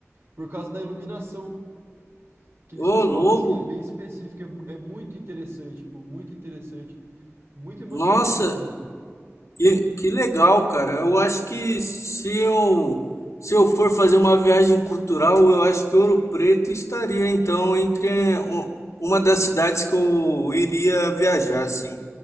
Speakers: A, on the right (about 55°); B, on the left (about 85°).
A: Por causa da iluminação que eles
B: Ô,
A: colocam,
B: louco!
A: assim, é bem específica, é, mu- é muito interessante, pô, muito interessante. Muito emocionante
B: Nossa!
A: também, cara.
B: Que, que legal, cara. Eu acho que se eu se eu for fazer uma viagem cultural, eu acho que Ouro Preto estaria então entre um- uma das cidades que eu iria viajar, assim.